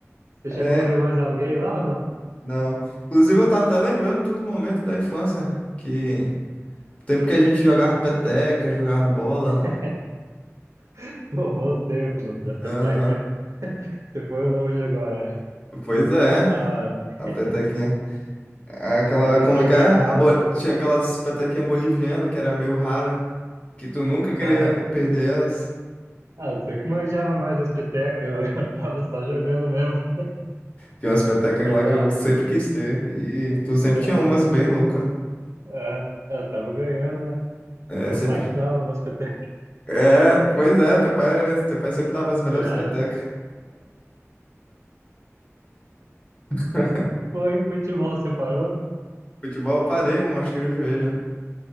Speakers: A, on the right (about 70°); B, on the left (about 25°).
A: você chegou
B: É,
A: a ver mais alguém lá ou não?
B: não. Inclusive, eu tava até lembrando de uns momentos da infância que. Tempo que a gente jogava peteca, jogava bola.
A: <laughs> Pô, bons tempos, mano. Da peteca,
B: Aham.
A: <laughs> você foi longe agora.
B: Pois é.
A: Da hora.
B: A
A: <laughs>
B: petequinha. Aquela,
A: Petequinha
B: como é que
A: reinava.
B: é? A bo- Tinha aquelas petequinhas bolivianas que era meio rara, que tu nunca queria
A: Ah,
B: perder elas.
A: ah, você que manjava mais das petecas, eu, <laughs> eu tava só jogando mesmo. <laughs>
B: Tinha umas petecas
A: É
B: lá
A: da
B: que eu
A: hora,
B: sempre quis ter. E tu sempre
A: você é
B: tinha
A: louco.
B: umas bem loucas.
A: Ah, eu tava ganhando, né?
B: É,
A: Meu
B: sempre.
A: pai que dava umas petecas,
B: É, pois é, teu pai, era esse, teu pai sempre dava
A: <laughs>
B: as melhores petecas. <laughs>
A: Foi, futebol separou?
B: Futebol eu parei, eu machuquei o joelho.